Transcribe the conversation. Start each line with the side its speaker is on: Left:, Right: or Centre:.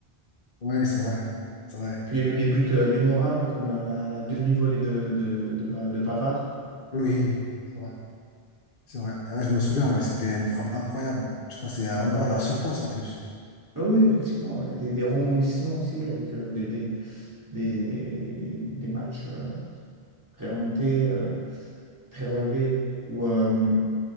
Left: Ouais, c'est vrai. C'est vrai.
Right: Puis il y a eu des buts euh, mémorables comme euh, la, la demi-volée de, de, de, Pa- de Pavard.
Left: Oui, c'est vrai. C'est vrai. Ah, je me souviens, ouais, c'était une frappe incroyable. Je crois que c'est en
Right: Ouais.
Left: dehors de la surface en plus.
Right: Ah Oui, effectivement. ouais. Des, des rebondissements aussi avec euh, des, des, des, des matchs euh, très remontés, euh, très relevés, où, euh,